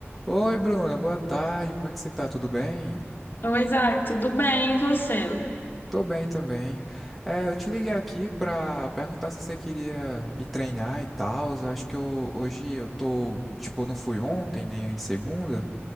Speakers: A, in the centre; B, on the left.
A: Oi, Bruna, boa tarde. Como é que você tá? Tudo bem?
B: Oi, Isaac, tudo bem? E você?
A: Tô bem também. É, eu te liguei aqui pra perguntar se você queria ir treinar e tal. Eu acho que eu, hoje eu tô, tipo, não fui ontem, nem em segunda.